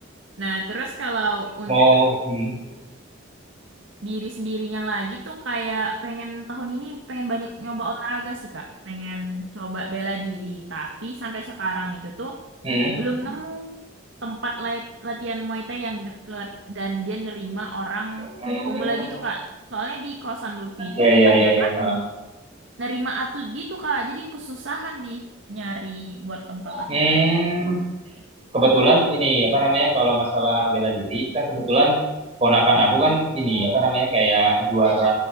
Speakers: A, on the right; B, on the right.
A: Nah, terus kalau untuk
B: mau hmm.
A: diri sendirinya lagi tuh kayak pengen tahun ini pengen banyak nyoba olahraga sih Kak. Pengen coba bela diri, tapi sampai sekarang itu tuh
B: Hmm.
A: belum nemu tempat lait- latihan Muay Thai yang deket dan dia nerima orang
B: Hmm,
A: pemula gitu Kak. Soalnya di kosan Luffy itu
B: ya ya
A: kebanyakan
B: ya ya. ha.
A: nerima atlet gitu Kak. Jadi kesusahan nih nyari buat tempat latihan
B: Hmm,
A: itu.
B: kebetulan ini apa namanya kalau masalah bela diri kan kebetulan ponakan aku kan ini apa namanya kayak juara